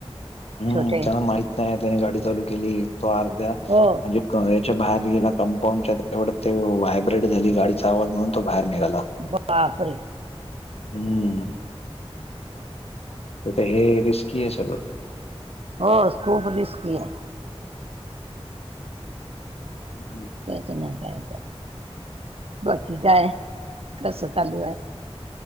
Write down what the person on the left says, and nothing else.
हम्म,
त्याला माहित नाही त्यानी गाडी चालू केली तो अर्ध्या
म्हणजे याच्या बाहेर गेला कंपाऊंडच्या तेवढं ते व्हायब्रेट झाली गाडीचा आवाज म्हणून तो बाहेर निघाला.
हम्म. ते हे रिस्की आहे सगळं.
<inaudible>